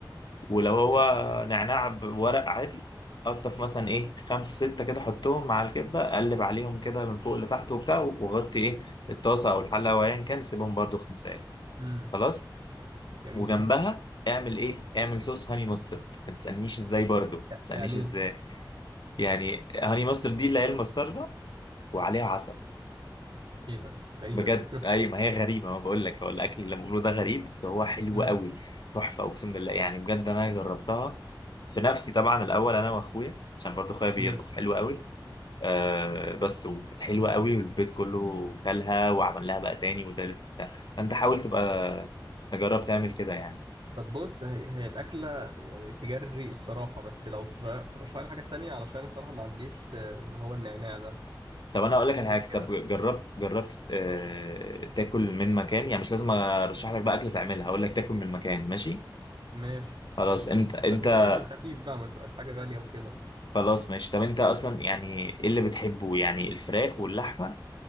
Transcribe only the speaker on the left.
ولو هو
نعناع بورق عادي قطف مثلا ايه خمسة ستة كده حطهم مع الكبة قلب عليهم كده من فوق لتحت وبتاع وغطي ايه الطاسة او الحلة او ايا كان سيبهم برضو خمس دقايق
خلاص
وجنبها اعمل ايه اعمل صوص هاني ماسترد ما تسألنيش ازاي برضو ما
تسألنيش
ازاي يعني هاني ماسترد دي اللي هي الماسترد وعليها عسل
بجد
اي ما هي غريبه ما بقول لك هو الاكل اللي بقوله ده غريب بس هو حلو
قوي تحفه اقسم بالله يعني بجد انا جربتها في نفسي طبعا الاول انا واخويا عشان برضه اخويا بيطبخ
حلو قوي آه بس وكانت حلوه قوي والبيت كله كلها وعمل لها بقى تاني وتالت وبتاع فانت حاول تبقى تجرب تعمل كده يعني
طب انا اقول لك
على حاجه
طب جربت جربت آه تاكل من مكان يعني مش لازم ارشح لك بقى اكل تعملها هقول لك تاكل من مكان ماشي
خلاص
انت انت
خلاص ماشي طب انت اصلا يعني ايه اللي بتحبه يعني الفراخ واللحمه